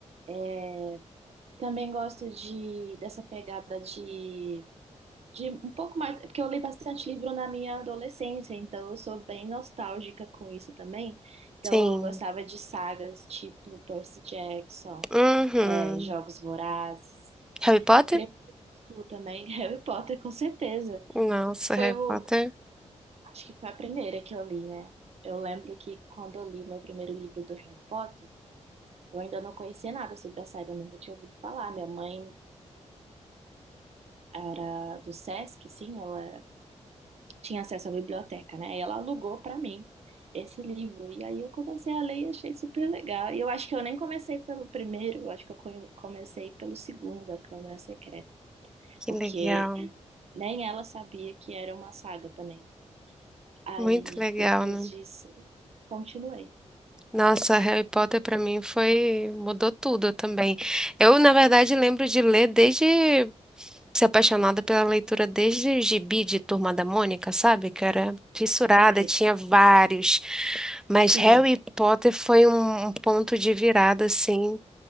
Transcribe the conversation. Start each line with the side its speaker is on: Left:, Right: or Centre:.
Right: É, Também gosto de dessa pegada de, de um pouco mais, é porque eu li bastante livro na minha adolescência, então eu sou bem nostálgica com isso também. Então
Centre: Sim.
Right: eu gostava de sagas tipo Percy Jackson,
Centre: Uhum.
Right: é, Jogos Vorazes,
Centre: Harry Potter?
Right: Crepúsculo também, <laughs> Harry Potter com certeza.
Centre: Nossa,
Right: Foi
Centre: Harry
Right: o,
Centre: Potter,
Right: acho que foi a primeira que eu li, né? Eu lembro que quando eu li o meu primeiro livro do Harry Potter, eu ainda não conhecia nada sobre a saga, não tinha ouvido falar. Minha mãe era do Sesc, assim, ela tinha acesso à biblioteca, né? E ela alugou para mim esse livro. E aí eu comecei a ler e achei super legal. E eu acho que eu nem comecei pelo primeiro, eu acho que eu come- comecei pelo segundo, A Câmara Secreta,
Centre: que
Right: porque
Centre: legal.
Right: nem ela sabia que era uma saga também. Aí
Centre: Muito legal,
Right: depois
Centre: né?
Right: disso, continuei.
Centre: Nossa, Harry Potter pra mim foi mudou tudo também. Eu, na verdade, lembro de ler desde ser apaixonada pela leitura desde o gibi de Turma da Mônica, sabe? Que eu era fissurada,
Right: Ai,
Centre: tinha vários. Mas
Right: sim,
Centre: Harry Potter foi um um ponto de virada assim